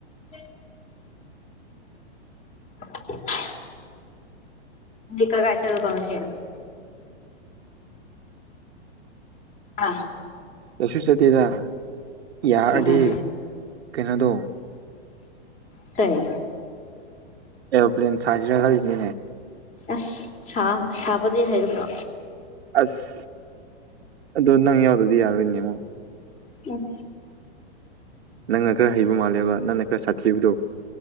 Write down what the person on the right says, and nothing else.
ꯀꯩꯁꯨ ꯆꯠꯇꯦꯗ ꯌꯥꯔꯗꯤ
ꯀꯩꯅꯣꯗꯣ
ꯑꯦꯔꯣꯄ꯭ꯂꯟ ꯁꯥꯖꯔ ꯈꯔ
ꯑꯁ ꯑꯗꯨꯣ ꯅꯪ ꯌꯥꯎꯗꯗꯤ ꯌꯥꯔꯣꯏꯅꯦꯃꯣ
ꯅꯪꯅ ꯈꯔ ꯍꯩꯕ ꯃꯥꯜꯂꯦꯕ ꯅꯪꯅ ꯈꯔ ꯁꯥꯊꯤꯕꯗꯣ